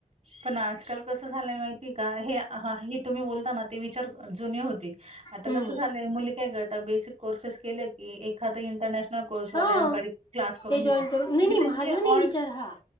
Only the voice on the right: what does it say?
पण आजकाल कसं झालंय माहिती का हे आ हे तुम्ही बोलताना ते विचार जुने होते आता
कसं झालंय मुली काय करतात बेसिक कोर्सेस केले की एखाद इंटरनॅशनल ना कोर्स वाल्यांकडे
क्लास करून
घेता
म्हणजे
त्यांचे
ऑड